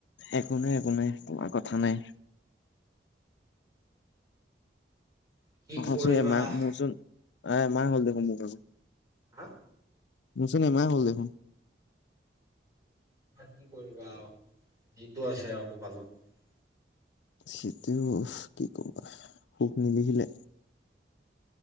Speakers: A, on the left; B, on the right.
A: একো নাই একো নাই তোমাৰ কথা থা নাই
B: কি কৰিবা
A: অচো এ মা
B: হা
A: মচোন তাৰ এমাহ হ'ল দেখোন মোক আকৌ
B: হা
A: মুচোন আনা হ'ল দেখোন
B: কি কৰিবা আৰু যিটো আছে আৰু কপালত
A: সেইটোও কি কবা সুখ নিলিখিলে